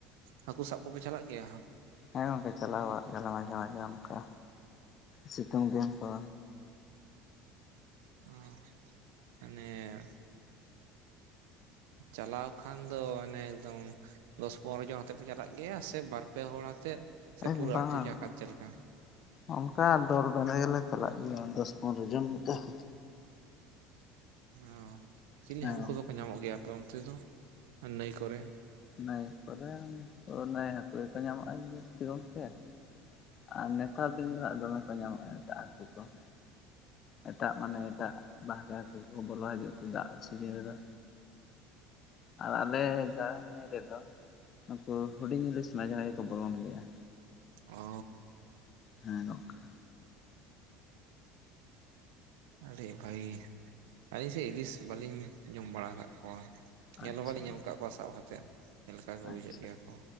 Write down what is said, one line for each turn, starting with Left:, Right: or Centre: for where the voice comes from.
Right: ᱦᱟᱹᱠᱩ ᱥᱟᱵ ᱠᱚᱯᱮ ᱪᱟᱞᱟᱜ ᱜᱮᱭᱟ?
Left: ᱦᱮᱸ ᱜᱚᱝᱠᱮ ᱪᱟᱞᱟᱣ ᱵᱟᱲᱟᱜ ᱜᱮᱭᱟᱞᱮ ᱢᱟᱡᱷᱮ ᱢᱟᱡᱷᱮ ᱚᱱᱠᱟ, ᱥᱤᱛᱩᱝ ᱫᱤᱱ ᱠᱚ,
Right: ᱚ ᱢᱟᱱᱮ, ᱪᱟᱞᱟᱣ ᱠᱷᱟᱱ ᱫᱚ ᱦᱟᱱᱮ ᱮᱠᱫᱚᱢ ᱫᱚᱥ ᱯᱚᱱᱨᱚ ᱡᱚᱱ ᱟᱛᱮᱫ ᱯᱮ ᱪᱟᱞᱟᱜ ᱜᱮᱭᱟ ᱥᱮ ᱵᱟᱨ ᱯᱮ ᱦᱚᱲ ᱟᱛᱮᱫ ᱥᱮ
Left: <unintelligible>
Right: ᱯᱩᱨᱟᱹ
Left: ᱵᱟᱝᱼᱟ᱾
Right: ᱟᱹᱛᱩ ᱡᱟᱠᱟᱛ ᱪᱮᱫ ᱞᱮᱠᱟ?
Left: ᱚᱱᱠᱟ ᱫᱚᱞ ᱵᱟᱸᱫᱷᱮ ᱜᱮᱞᱮ ᱪᱟᱞᱟᱜ ᱜᱮᱭᱟ ᱫᱚᱥ ᱯᱚᱱᱨᱚ ᱡᱚᱱ ᱠᱟᱛᱮ ᱾
Right: ᱚᱸᱻ ᱪᱤᱞᱤ
Left: ᱦᱮᱸ
Right: ᱦᱟᱹᱠᱩ ᱠᱚᱫᱚ
Left: ᱜᱚᱝᱠᱮ
Right: ᱠᱚ ᱧᱟᱢᱚᱜ ᱜᱮᱭᱟ ᱟᱯᱮ ᱚᱱᱛᱮ ᱫᱚ ᱱᱟᱹᱭ ᱠᱚᱨᱮ?
Left: ᱱᱟᱹᱭ ᱠᱚᱨᱮ ᱱᱟᱹᱭ ᱦᱟᱹᱠᱩ ᱜᱮᱠᱚ ᱧᱟᱢᱚᱜᱼᱟ ᱡᱟᱹᱥᱛᱤ ᱜᱚᱝᱠᱮ ᱾ ᱟᱨ ᱱᱮᱛᱟᱨ ᱫᱤᱱ ᱫᱚᱦᱟᱜ ᱫᱚᱢᱮ ᱠᱚ ᱧᱟᱢᱚᱜᱼᱟ ᱮᱴᱟᱜ ᱦᱟᱹᱠᱩ ᱠᱚ ᱾ ᱮᱴᱟᱜ ᱢᱟᱱᱮ ᱮᱴᱟᱜ ᱵᱟᱦᱨᱮ ᱦᱟᱹᱠᱩ ᱠᱚᱠᱚ ᱵᱚᱞᱚ ᱦᱟᱡᱩᱜ ᱛᱮ ᱫᱟᱜ ᱥᱤᱡᱤᱱ ᱨᱮᱫᱚ ᱟᱨ ᱟᱞᱮ ᱜᱟᱝ ᱱᱟᱭ ᱨᱮᱫᱚᱼᱼ ᱱᱩᱠᱩ ᱦᱩᱰᱤᱧ ᱤᱞᱤᱥ ᱢᱟᱡᱷᱮ ᱢᱟᱡᱷᱮ ᱠᱚ ᱵᱚᱞᱚᱱ ᱜᱮᱭᱟ᱾
Right: ᱚ
Left: ᱦᱮᱸ ᱜᱚᱢᱠᱮ᱾
Right: ᱟᱹᱰᱤ ᱵᱷᱟᱹᱜᱤ, ᱟᱹᱞᱤᱧ ᱥᱮ ᱤᱞᱤᱥ ᱵᱟᱹᱞᱤᱧ ᱡᱚᱢ ᱵᱟᱲᱟ ᱟᱠᱟᱫ ᱠᱚᱣᱟ᱾ ᱧᱮᱞ
Left: ᱟᱪᱪᱷᱟ
Right: ᱦᱚᱸ ᱵᱟᱞᱤᱧ ᱧᱮᱞ ᱠᱟᱜ ᱠᱚᱣᱟ ᱥᱟᱵ ᱦᱟᱛᱮᱫ ᱪᱮᱫ ᱞᱮᱠᱟ ᱠᱚ
Left: ᱟᱪᱪᱷᱟ
Right: ᱵᱩᱡᱷᱟᱹᱜ ᱜᱮᱭᱟ ᱠᱚ